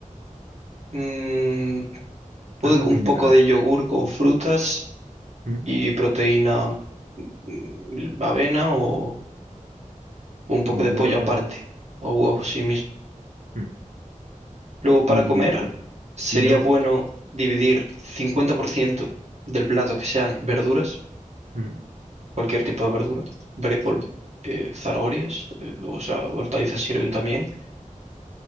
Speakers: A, on the right (about 55°); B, on the right (about 80°).
A: mm, puede
B: Algo
A: que
B: equilibrado.
A: un poco de yogur con frutas
B: ¿m?
A: y proteína, mm, avena o un poco
B: O
A: de
B: huevo.
A: pollo aparte o huevos sí mismo.
B: ¿m?
A: Luego para
B: Y,
A: comer sería
B: y no.
A: bueno
B: y-
A: dividir 50% del plato que sean verduras
B: ¿m?
A: cualquier tipo de verdura, brécol,
B: sí,
A: eh, zanahorias, eh, o sea, hortalizas sirven también,